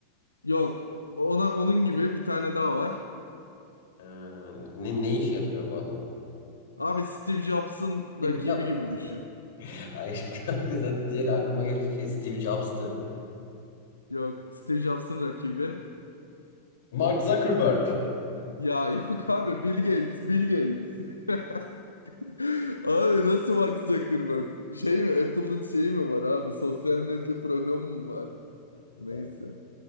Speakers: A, on the left (about 85°); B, on the left (about 55°).
A: Yok ona onun gibi bir tane daha var.
B: Ee, ne ne iş yapıyor bu adam?
A: Abi Steve Jobs'ın
B: Steve
A: rakibi
B: Jobs.
A: gibi düşün.
B: <laughs> Hayır kanka zaten diğer aklıma gelecek şey Steve Jobs'tı.
A: Yok Steve Jobs'ın rakibi.
B: Mark Zuckerberg.
A: Ya yok abi Bill Gates, Bill Gates. <laughs> Abi nasıl Mark Zuckerberg? Şey mi? Apple'ın şeyi mi var abi? Sosyal medya programı mı var?
B: <laughs>
A: Neyse.